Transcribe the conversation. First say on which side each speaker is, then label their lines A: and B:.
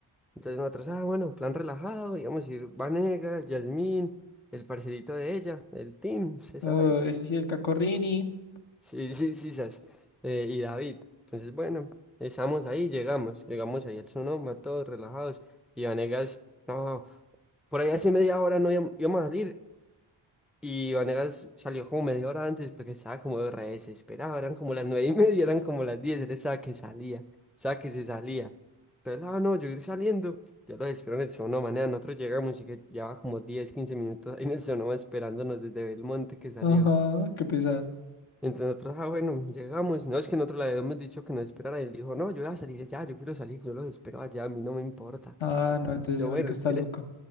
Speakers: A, in the centre; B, on the left.
A: Entonces nosotros, ah, bueno, plan relajado, íbamos a ir Vanegas, Yasmín, el parcerito de ella, el Tim, se
B: Uy,
A: sabe.
B: sí, el Cacorrini.
A: Sí, sí, sí, sas. Eh, y David. Entonces, bueno, estamos ahí, llegamos, llegamos ahí al Sonoma, todos relajados. Y Vanegas, no, por ahí hace media hora no íbamos íbamos a salir y Vanegas salió como media hora antes porque estaba como re desesperado. Eran como las nueve y <laughs> media, eran como las diez. Él estaba que salía, estaba que se salía. Entonces, ah, no, yo ir saliendo. Yo lo espero en el Sonoma. Manea, nosotros llegamos y que llevaba como 10 15 minutos ahí en el Sonoma esperándonos desde Belmonte que salió.
B: Ajá, qué pesar.
A: Entonces nosotros, ah, bueno, llegamos. No, es que nosotros le habíamos dicho que nos esperara. Él dijo, no, yo voy a salir ya, yo quiero salir, yo los espero allá, a mí no me importa.
B: Ah, no, entonces
A: Yo,
B: ese
A: bueno,
B: marica está
A: si quieres,
B: loco.